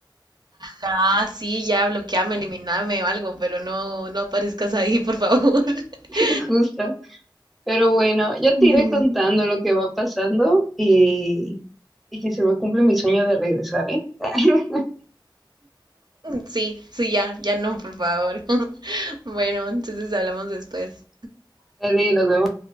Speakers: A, on the right; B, in the centre.
A: Ah, sí, ya bloqueame, eliminame o algo, pero no, no aparezcas ahí, por favor. <laughs>
B: <laughs> Justo. Pero bueno, ya te
A: Ujú.
B: iré contando lo que va pasando y, y que se me cumple mi sueño de regresar, ¿eh? <laughs>
A: Sí, sí, ya, ya no, por favor. <laughs> Bueno, entonces hablamos después.
B: Dale, nos vemos.